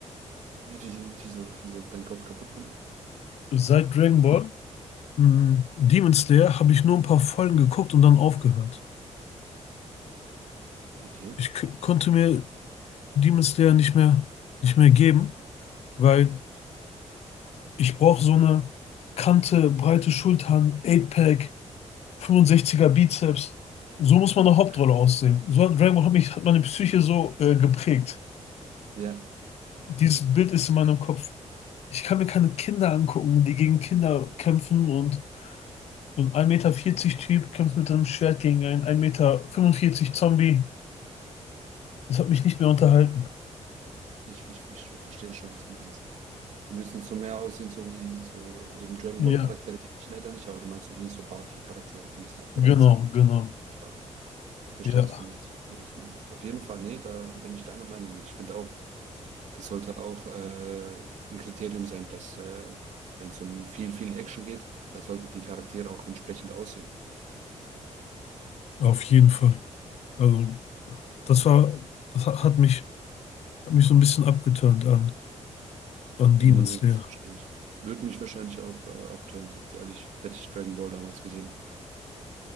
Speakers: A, on the right (about 75°); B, on the left (about 60°).
A: <laughs> Wie- Wieso, wieso dein Kopf kaputt gemacht?
B: Seit Dragon Ball, mh, Demon Slayer, habe ich nur ein paar Folgen geguckt und dann aufgehört.
A: Okay.
B: ich k- konnte mir Demon Slayer nicht mehr, nicht mehr geben, weil ich brauche so eine Kante, breite Schultern, 8-Pack, 65er Bizeps. So muss man
A: Hm.
B: eine Hauptrolle aussehen. So hat Dragon Ball hat mich, hat meine Psyche so äh, geprägt.
A: Ja,
B: Dieses Bild ist in meinem Kopf. Ich kann mir keine Kinder angucken, die gegen Kinder kämpfen und so ein 1,40 Meter Typ kämpft mit einem Schwert gegen einen 1,45 Meter Zombie. Das hat mich nicht mehr unterhalten.
A: ich, ich, ich, verstehe schon, was du meinst. Die müssen so mehr aussehen, so wie so eben Dragon
B: Ja,
A: Ball Charaktere kenne ich leider nicht, aber du meinst so wie so Baki Charaktere. Die müssen halt breit
B: genau,
A: sein,
B: genau.
A: und stark. Verstehe,
B: Ja.
A: was du meinst. Verstehe, was du meinst. Auf jeden Fall, nee, da bin ich deiner Meinung. Ich finde auch, das sollte auch äh, ein Kriterium sein, dass äh, wenn es um viel, viel Action geht, da sollten die Charaktere auch entsprechend aussehen.
B: Auf jeden Fall. Also, das war, das ha- hat mich, hat mich so ein bisschen abgeturnt an, an
A: Nee,
B: Demon
A: nee,
B: Slayer.
A: das verstehe ich. Würde mich wahrscheinlich auch äh, abtören, sagt er ehrlich, hätte ich Dragon Ball damals gesehen.